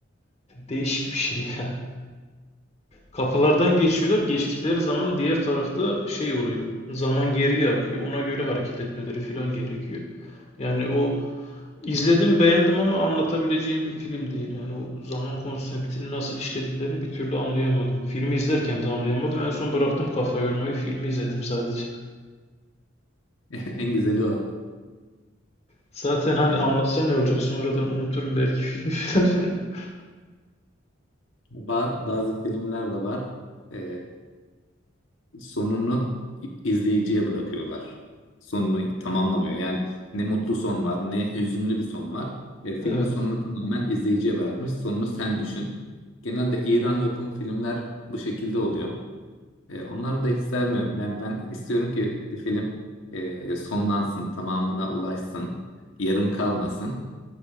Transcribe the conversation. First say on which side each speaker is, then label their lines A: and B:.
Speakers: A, on the left; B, on the left.
A: değişik bir şey <laughs> Kapılardan geçiyorlar. Geçtikleri zaman diğer tarafta şey oluyor. Zaman geriye akıyor. Ona göre hareket etmeleri falan gerekiyor. Yani o izledim beğendim ama anlatabileceğim bir film değil. Yani o zaman konseptini nasıl işlediklerini bir türlü anlayamadım. Filmi izlerken de anlayamadım. En son bıraktım kafa yormayı. Filmi izledim sadece.
B: <laughs> En güzeli o.
A: Zaten hani
B: Yani
A: anlatsam ne olacak? Sonradan unuturum belki filmi falan. <laughs>
B: ba- bazı filmler de var. E, sonunu izleyiciye bırakıyorlar. Sonunu tamamlamıyor. Yani ne mutlu son var, ne hüzünlü bir son var. E, filmin
A: Evet.
B: sonunu tamamen izleyiciye bırakmış. Sonunu sen düşün. Genelde İran yapımı filmler bu şekilde oluyor. E, onları da hiç sevmiyorum. Yani ben istiyorum ki bir film e, sonlansın, tamamına ulaşsın, yarım kalmasın.